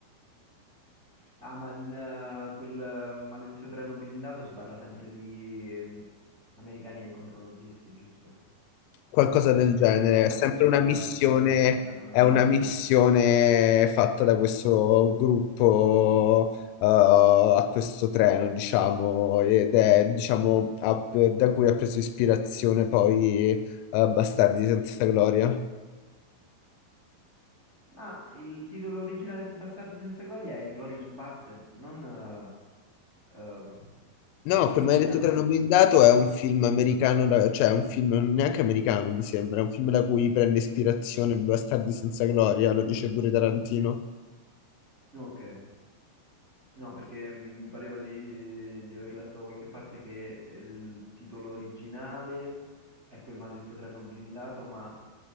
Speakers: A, on the right; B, on the left.
A: Ah, ma in eh, quel eh, maledetto treno blindato si parla sempre di ehm, americani contro nazisti, giusto?
B: qualcosa
A: Eh sì,
B: del
A: perché
B: genere.
A: devono far
B: È sempre
A: deragliare
B: una missione,
A: il treno blindato nazista.
B: è una missione fatta da questo gruppo eh, a questo treno, diciamo, ed è, diciamo, ha- da cui ha preso ispirazione poi eh, Bastardi senza gloria.
A: Ma il titolo originale di Bastardi senza gloria è Inglorious Basterds, non... eh, eh,
B: No,
A: perché
B: come
A: in italiano?
B: hai detto Treno Blindato è un film americano, da- cioè è un film non neanche americano, mi sembra, è un film da cui prende ispirazione Bastardi senza gloria, lo dice pure Tarantino.
A: Ok. No, perché mi pareva di, di aver letto da qualche parte che eh, il titolo originale è quel maledetto treno blindato, ma